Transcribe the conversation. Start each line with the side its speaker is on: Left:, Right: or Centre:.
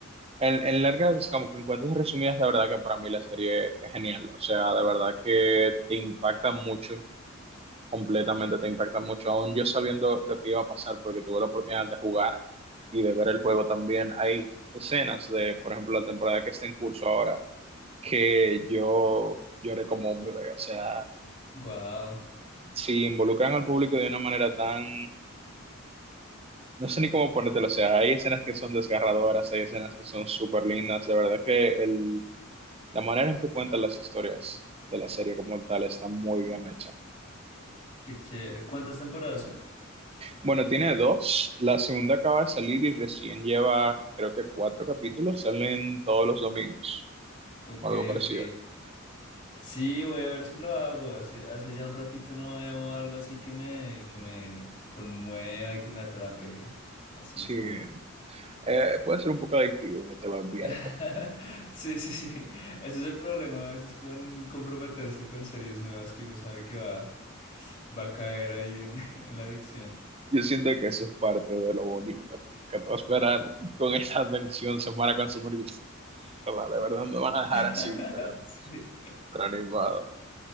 Right: En, en largas, como que en cuentas resumidas, la verdad que para mí la serie es genial. O sea, de verdad que te impacta mucho, completamente te impacta mucho. Aún yo sabiendo lo que iba a pasar, porque tuve la oportunidad de jugar y de ver el juego también, hay escenas de, por ejemplo, la temporada que está en curso ahora, que yo lloré como un bebé. O sea,
Left: Wow,
Right: si involucran al público de una manera tan... No sé ni cómo ponértelo, o sea, hay escenas que son desgarradoras, hay escenas que son súper lindas, de verdad que el La manera en que cuentan las historias de la serie como tal está muy bien hecha.
Left: qué chévere. ¿Cuántas temporadas son?
Right: Bueno, tiene dos. La segunda acaba de salir y recién lleva, creo que cuatro capítulos. Salen todos los domingos
Left: Ok,
Right: o algo parecido.
Left: ok. Sí, voy a ver si lo hago. Hace, hace ya un ratito no veo algo así que me, que me conmueva y que me atrape así
Right: Sí,
Left: full.
Right: eh, puede ser un poco adictivo, ya te lo advierto.
Left: <laughs> Sí, sí, sí. Ese es el problema a veces con comprometerse con series nuevas que uno sabe que va, va a caer ahí en, <laughs> en la adicción.
Right: Yo siento que eso es parte de lo bonito, como que te va a esperar con esa advención semana con su mierda, de verdad me van a dejar
Left: <laughs>
Right: así, pero,
Left: Sí.
Right: pero animado.